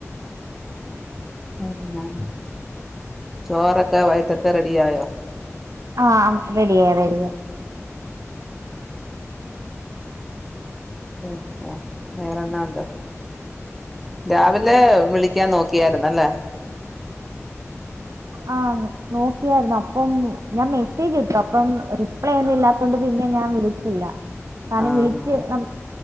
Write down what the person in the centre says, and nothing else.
പിന്നെ ചോറൊക്കെ വൈട്ടെത്തെ റെഡി ആയോ?
പിന്നെ വെറെന്നാ ഉണ്ട്? രാവിലെ വിളിക്കാൻ നോക്കിയാര്ന്ന്‌ അല്ലെ
ആഹ്
ആഹ്